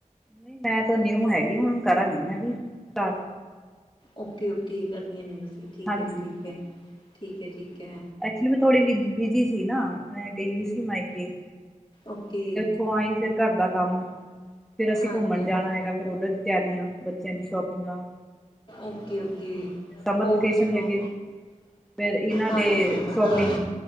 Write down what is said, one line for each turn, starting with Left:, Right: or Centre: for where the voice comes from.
Centre: ਨਹੀਂ ਮੈਂ ਤ ਨਿਊ ਹੈਗੀ ਹੁਣ ਕਰਾਂਗੀ ਮੈਂ ਵੀ ਸਟਾਰਟ
Left: ਓਕੇ ਓਕੇ ਕਰਨੀਆਂ ਨੇ ਬਸੀਂ ਠੀਕ
Centre: ਹਾਂਜੀ
Left: ਹੈ ਜੀ ਠੀਕ ਹੈ ਠੀਕ ਹੈ ਠੀਕ ਹੈ।
Centre: ਐਕਚੁਲੀ ਮੈਂ ਥੋੜ੍ਹੀ ਵਿ ਬੀਜੀ ਸੀ ਨਾ ਮੈਂ ਗਈ ਵੀ ਸੀ ਮਾਈਕੇ
Left: ਓਕੇ।
Centre: ਉੱਥੋਂ ਆਈ ਫਿਰ ਘਰ ਦਾ ਕੰਮ ਫੇਰ ਅਸੀਂ
Left: ਹਾਂਜੀ-ਹਾਂਜੀ
Centre: ਘੁੰਮਣ ਜਾਣਾ ਹੈਗਾ ਫਰ ਉਧਰ। ਤਿਆਰੀਆਂ ਬੱਚਿਆਂ ਦੀ ਸ਼ੋਪਿੰਗ ਆ।
Left: ਓਕੇ-ਓਕੇ
Centre: ਹਾਂ ਤੇ ਸਮਰ
Left: ਹੋਰ
Centre: ਵੇਕੇਸ਼ਨ
Left: ਚਲੋ
Centre: ਹੈਗੇ। ਫ ਇਹਨਾਂ
Left: ਹਾਂਜੀ।
Centre: ਦੇ ਸ਼ੋਪਿੰਗ